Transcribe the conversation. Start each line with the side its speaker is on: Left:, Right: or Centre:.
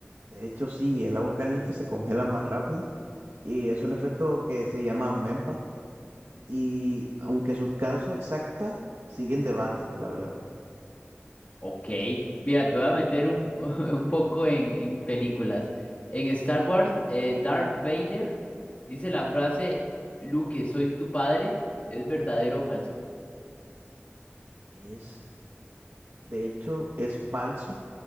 Right: De hecho, sí, el agua caliente se congela más rápido y es un efecto que se llama MEMPA y aunque su causa exacta sigue en debate, la verdad.
Left: Ok, mira, te voy a meter un, <laughs> un poco en, en películas. En Star Wars, eh, Darth Vader dice la frase, Luke, soy tu padre. ¿Es verdadero o falso?
Right: Es De hecho, es falso.